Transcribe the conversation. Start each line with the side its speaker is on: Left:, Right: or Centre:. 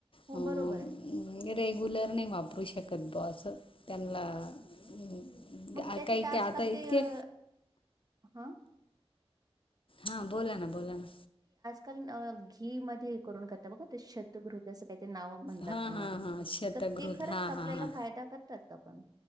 Right: हो
Left: अ
Right: बरोबर आहे.
Left: रेग्युलर नाही वापरू शकत बॉ अस त्यांना अं,
Right: मग त्याच्यात
Left: काही काय
Right: आजकाल
Left: आता इतके
Right: ते हा
Left: हा बोला ना बोला ना.
Right: कान घी मध्ये करून करता बघा शतगृत असं का नाव म्हणतात
Left: हां
Right: त्यांना
Left: हां हां शतगृत
Right: तर ते खरंच
Left: हां
Right: आपल्याला
Left: हां हां
Right: फायदा करतात का पण?